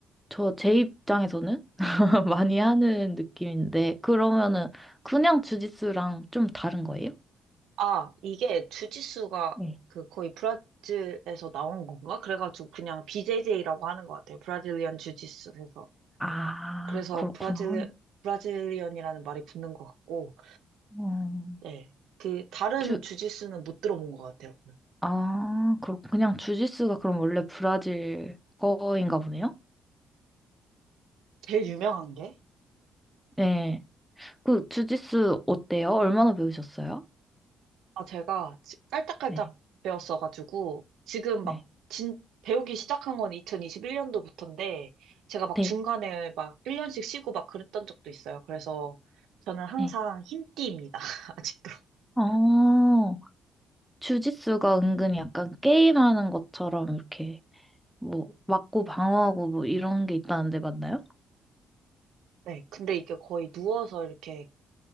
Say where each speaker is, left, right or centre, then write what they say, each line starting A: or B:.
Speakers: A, in the centre; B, on the right.
A: 저 제 입장에서는 <laughs> 많이 하는 느낌인데, 그러면은 그냥 주짓수랑 좀 다른 거예요?
B: 아, 이게 주짓수가
A: 네.
B: 그 거의 브라질에서 나온 건가? 그래가지고 그냥 BJJ라고 하는 것 같아요. 브라질리언 주짓수에서.
A: 아,
B: 그래서
A: 그렇구나.
B: 브라질리, 브라질리언이라는 말이 붙는 것 같고,
A: 음,
B: 네. 그, 다른
A: 주,
B: 주짓수는 못 들어본 것 같아요.
A: 아, 그렇 그냥
B: 음.
A: 주짓수가 그럼 원래 브라질 거인가 보네요?
B: 제일 유명한 게?
A: 네. 그 주짓수 어때요? 얼마나 배우셨어요?
B: 아, 제가 지- 깔짝깔짝
A: 네.
B: 배웠어가지고, 지금
A: 네.
B: 막 진, 배우기 시작한 건 2021년도부터인데, 제가 막
A: 네.
B: 중간에 막 1년씩 쉬고 막 그랬던 적도 있어요. 그래서 저는 항상
A: 네.
B: 흰띠입니다. <laughs> 아직도.
A: 어, 주짓수가 은근히 약간 게임하는 것처럼 이렇게 뭐 맞고 방어하고 뭐 이런 게 있다는데 맞나요?
B: 네. 근데 이게 거의 누워서 이렇게